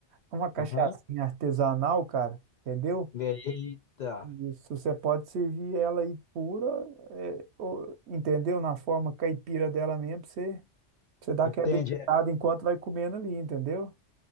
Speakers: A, on the right; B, on the left.
A: É uma cachaçinha
B: Aham.
A: artesanal, cara, entendeu?
B: Eita,
A: Isso, você pode servir ela aí pura, é, ou- entendeu? Na forma caipira dela mesmo, pra você, pra você dá
B: entende?
A: aquela beliscada
B: É,
A: enquanto vai comendo ali, entendeu?